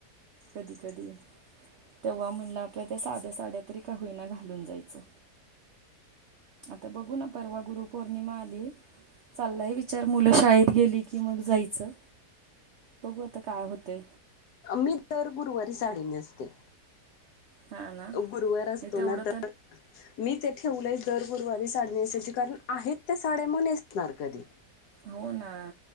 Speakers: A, on the right; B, on the left.
A: कधी, कधी तेव्हा म्हणल आ पल्या त्या साध्या साड्या तरी का घालून जायचं. आता बघू ना परवा गुरु पौर्णिमा आली. चालाय विचार मुलं शाळेत गेली की मग जायचं, बघू आता काय होतय.
B: मी दर गुरुवारी साडी नेसते.
A: हां ना नाही
B: गुरुवार असतो
A: तेवढं
B: ना तर मी ते ठेवलंय दर गुरुवारी साडी नेसायची, कारण आहेत त्या साड्या मग नेसणार कधी.
A: हो ना.